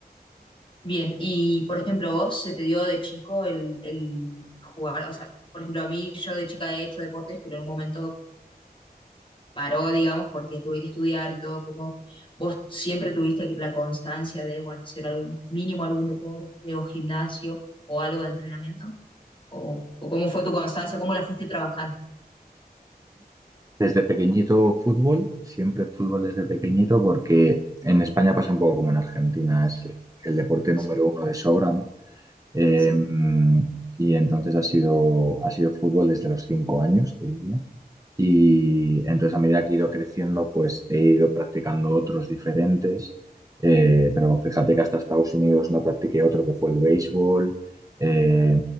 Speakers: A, on the left; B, on the right.
A: Bien, y por ejemplo, vos se te dio de chico el, el jugar, o sea, por ejemplo, a mí yo de chica he hecho deportes, pero en un momento paró, digamos, porque tuve que estudiar y todo, como vos siempre tuviste la constancia de, bueno, hacer algún mínimo algún deporte o gimnasio o algo de entrenamiento, o, o cómo fue tu constancia, cómo la fuiste trabajando.
B: Desde pequeñito fútbol, siempre fútbol desde pequeñito, porque en España pasa un poco como en Argentina, es el deporte
A: Sí,
B: número uno de sobra, ¿no? Eh,
A: sí,
B: y entonces ha sido, ha sido fútbol desde los cinco años, te diría. Y entonces a medida que he ido creciendo, pues he ido practicando otros diferentes. Eh, pero fíjate que hasta Estados Unidos no practiqué otro que fue el béisbol. Eh,